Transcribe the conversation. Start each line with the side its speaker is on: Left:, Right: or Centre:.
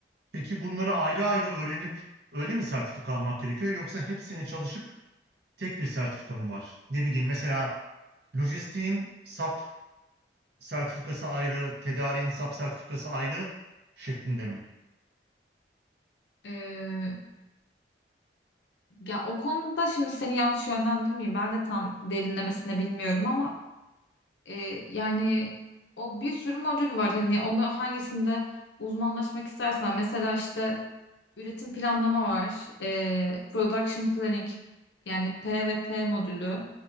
Right: Peki bunları ayrı ayrı öğrenip öyle mi sertifika almak gerekiyor yoksa hepsini çalışıp tek bir sertifika mı var? Ne bileyim mesela Lojistiğin SAP sertifikası ayrı, tedariğin SAP sertifikası ayrı şeklinde mi?
Left: Ee, ya o konuda şimdi seni yanlış yönlendirmeyeyim. Ben de tam derinlemesine bilmiyorum ama E, yani o bir sürü modül var hani ona hangisinde uzmanlaşmak istersen mesela işte üretim planlama var E, production planning yani PVP modülü